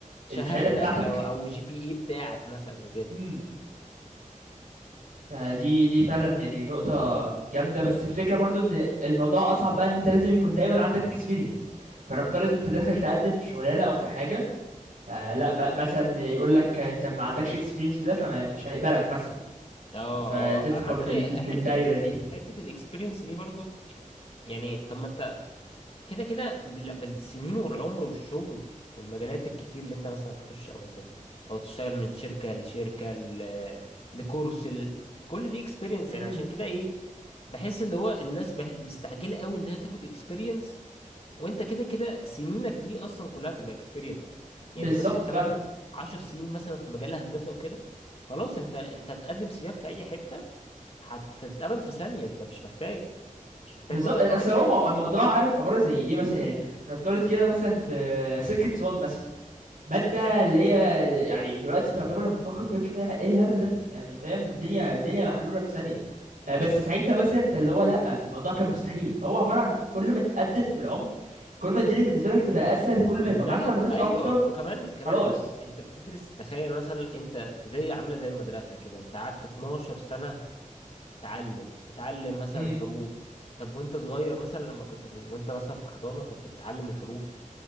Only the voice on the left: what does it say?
شهادتك
او او جي بي اي بتاعك مثلا
اه
اه عامة
هي
حتة
حتة الاكسبيرينس دي برضو يعني طب ما انت كده كده بال- بالسنين والعمر والشغل والمجالات الكتير اللي انت مثلا تخش او مثلا او تشتغل من شركة لشركة ل- لكورس ل... كل دي اكسبيرينس
يعني عشان كده ايه بحس اللي هو الناس بح... مستعجلة قوي انها تاخد اكسبيرينس وانت كده كده سنينك دي اصلا كلها تبقى اكسبيرينس
يعني انت مثلا كمان
عشر سنين مثلا في مجال الهندسة وكده خلاص انت انت هتقدم سيفك في اي حتة هتتقبل في ثانية انت مش محتاج مش محتاج
بقى
تقعد
بدماغك
ايوه
وكمان كمان
انت انت بتدرس تخيل مثلا انت زي عامله زي المدرسه كده انت قعدت 12 سنه تعلم تتعلم مثلا
الحروف طب وانت صغير مثلا لما كنت ب... وانت مثلا في حضانه كنت بتتعلم الحروف